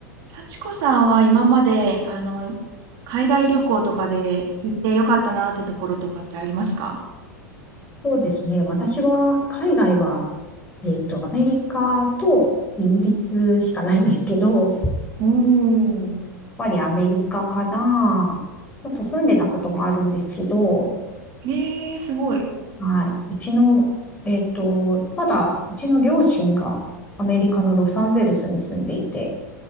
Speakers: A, on the right (about 45°); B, on the left (about 15°).
A: 幸子さんは今まで、あの、海外旅行とかで行ってよかったなってところとかってありますか
B: そうですね。私は、海外は、えっと、アメリカとイギリスしかないんですけど、やっ
A: うんおー。
B: ぱりアメリカかな。ちょっと住んでたこともあるんですけど、
A: へえ、すごい。
B: はい。うちの、えっと、まだ、うちの両親がアメリカのロサンゼルスに住んでいて、